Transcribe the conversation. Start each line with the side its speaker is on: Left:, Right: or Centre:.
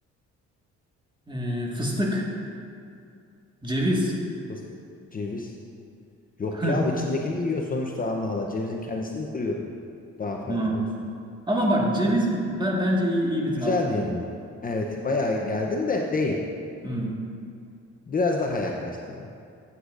Right: E, fıstık, ceviz.
Left: Fıs- Ceviz. Yok
Right: <laughs>
Left: ya içindekini yiyor sonuçta Allah Allah. Cevizin kendisini mi kırıyor? Daha faydalı
Right: Hı.
Left: olsun.
Right: Ama bak ceviz be- bence iyi iyi bir
Left: Güzeldi
Right: tahta.
Left: yani. Evet, bayağı geldin de değil.
Right: Hmm.
Left: Biraz daha yaklaştın ama.